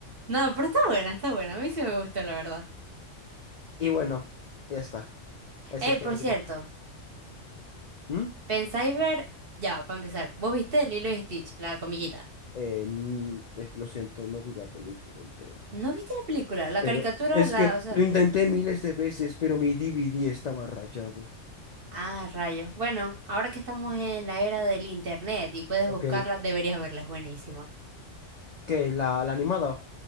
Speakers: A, on the right; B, on the left.
A: No, pero está buena, está buena. A mí sí me gustó, la verdad.
B: Y bueno, ya está. Eso
A: Eh,
B: es todo
A: por
B: lo
A: cierto,
B: que tengo ¿Mm?
A: ¿pensáis ver? Ya, para empezar. ¿Vos viste Lilo y Stitch, la comillita?
B: Eh, n- es- lo siento, no vi la película entera.
A: ¿No viste la película? La
B: Pero
A: caricatura,
B: es
A: la,
B: que
A: o sea,
B: lo Eh, intenté miles de veces, pero mi DVD estaba rayado.
A: ah, rayos. Bueno, ahora que estamos en la era del internet y puedes
B: Ok,
A: buscarla, deberías verla, es buenísima.
B: que la, la animada.